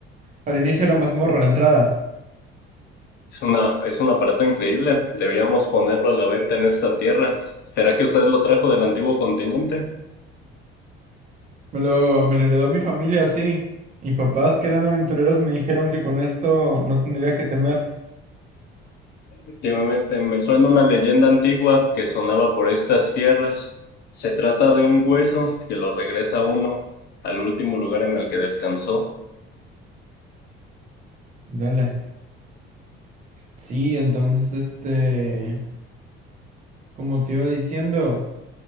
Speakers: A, on the right; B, on the left.
A: al inicio de la mazmorra, a la entrada.
B: Es una, es un aparato increíble. Deberíamos ponerlo a la venta en esta tierra. ¿Será que usted lo trajo del antiguo continente?
A: Me lo, me lo heredó mi familia así. Mis papás, que eran aventureros, me dijeron que con esto no tendría que temer.
B: Efectivamente, me suena una leyenda antigua que sonaba por estas tierras. Se trata de un hueso que lo regresa a uno al último lugar en el que descansó.
A: Dale. Sí, entonces, este, como te iba diciendo.